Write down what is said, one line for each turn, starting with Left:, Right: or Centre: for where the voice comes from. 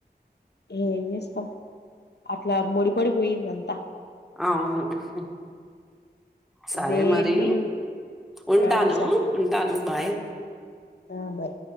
Left: ఏం చేస్తాం అట్లా ముడిపడి పోయింది అంతా
Centre: అవును ఉహూ సరే
Left: దేన్ని
Centre: మరి ఉంటాను
Left: ఆ సరే
Centre: ఉంటాను బాయ్
Left: ఆ బాయ్